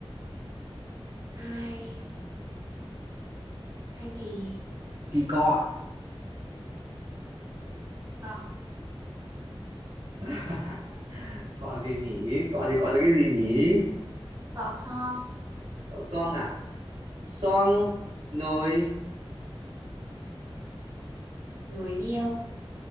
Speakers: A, on the right (about 35°); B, on the right (about 75°).
A: thai thai kỳ
B: kỳ cọ
A: Có
B: <laughs> cọ gì nhỉ cọ thì cọ là cái gì nhỉ
A: Cọ xong
B: cọ xoong à S-
A: ừ.
B: xoong nồi
A: nối niêu